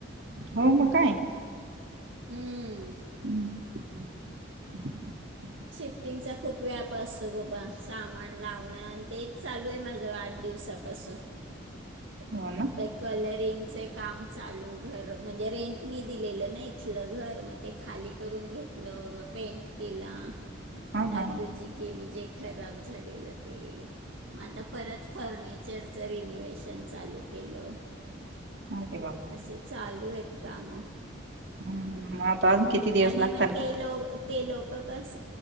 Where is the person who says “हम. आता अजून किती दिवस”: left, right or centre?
Right